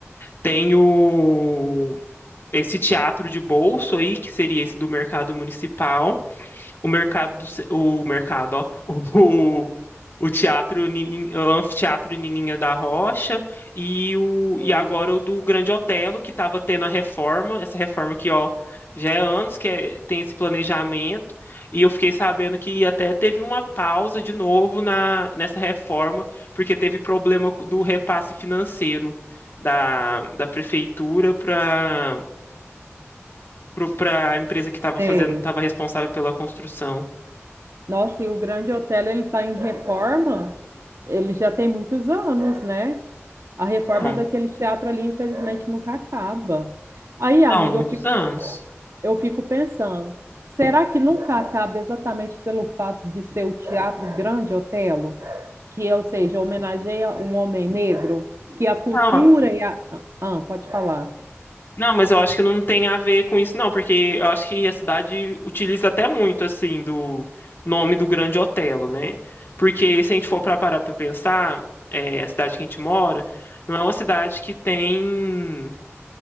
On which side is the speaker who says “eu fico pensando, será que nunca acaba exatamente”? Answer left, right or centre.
Right